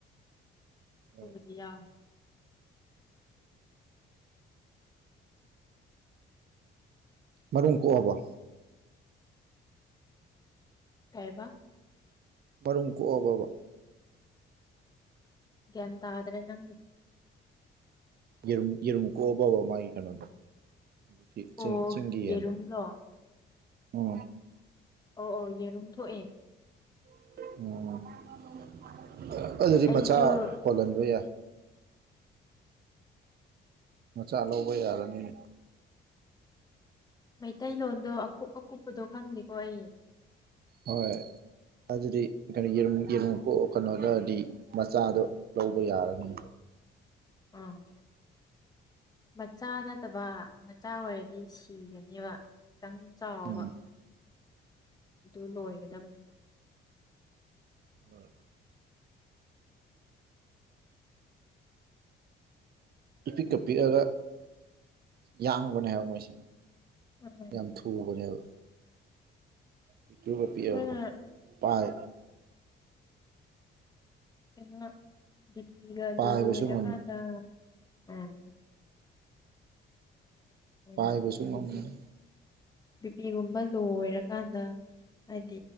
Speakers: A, on the right; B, on the left.
A: ꯍꯣꯏ
B: ꯗꯤꯌꯥ
A: ꯃꯔꯨꯝ ꯀꯣꯛꯑꯕ
B: ꯀꯥꯏꯕ
A: ꯃꯔꯨꯝ ꯀꯣꯛꯑꯕꯕ
B: ꯒꯤꯇꯑ꯭ꯔꯦ ꯅꯪ
A: ꯏꯔ ꯏꯔꯨꯝ ꯀꯣꯕꯕ ꯃꯥ ꯀꯩꯅꯗ ꯑꯗꯨ
B: ꯑꯣ
A: ꯆꯤꯡ ꯆꯤꯡꯒꯤ
B: ꯌꯦꯔꯨꯝꯂꯣ
A: ꯍꯥꯏꯂꯣ ꯎꯝ
B: ꯑ ꯑꯧ ꯌꯦꯔꯨꯝ ꯊꯣꯛꯑꯦ
A: ꯎꯝ ꯑꯗꯨꯗꯤ
B: ꯑꯩꯁꯨ
A: ꯃꯆꯥ ꯀꯣꯜꯍꯟꯕ ꯌꯥꯏ ꯃꯆꯥ ꯂꯧꯕ ꯌꯥꯔꯅꯤꯅꯦ
B: ꯃꯩꯇꯩꯂꯣꯟꯗꯣ ꯑꯀꯨꯞ ꯑꯀꯨꯞꯄꯗꯣ ꯈꯪꯅꯤꯦꯀꯣ ꯑꯩ
A: ꯍꯣꯏ ꯑꯗꯨꯗꯤ ꯀꯩꯅꯣ ꯌꯦꯨꯝ ꯌꯦꯔꯨꯝ ꯀꯣꯛ ꯀꯩꯅꯣꯗꯔꯗꯤ ꯃꯆꯥꯗꯣ ꯂꯧꯕ ꯌꯥꯔꯅꯤ
B: ꯑꯥ ꯃꯆꯥ ꯅꯠꯇꯕ ꯃꯆꯥ ꯑꯣꯏꯔꯗꯤ ꯁꯤꯒꯅꯦꯕ ꯈꯤꯇꯪ ꯆꯥꯎꯕ
A: ꯎꯝ
B: ꯑꯗꯨ ꯂꯣꯏꯒꯗꯕꯅꯦ
A: ꯎꯝ ꯏꯄꯤꯛꯀ ꯄꯤꯛꯑꯒ ꯌꯥꯡꯕꯅꯦ ꯍꯥꯏꯕ ꯃꯣꯏꯁꯦ
B: ꯎꯝ
A: ꯌꯥꯝ ꯊꯨꯕꯅꯦꯕ ꯃꯤꯆꯨꯔ ꯄꯄꯤ
B: ꯑꯩꯈꯣꯏꯅ
A: ꯑꯍ ꯄꯥꯏ
B: ꯀꯩꯅ ꯕꯤꯄꯤꯒ
A: ꯄꯥꯏꯕꯁꯨ
B: ꯂꯣꯏꯣꯏꯔꯀꯥꯟꯗ
A: ꯉꯝ
B: ꯎꯝ ꯎꯝꯗꯤ
A: ꯄꯥꯏꯕꯁꯨ ꯉꯝꯕꯅꯤ
B: ꯕꯤ ꯄꯤꯒꯨꯝꯕ ꯂꯣ ꯑꯣꯏꯔꯀꯥꯟꯗ ꯍꯥꯏꯗꯤ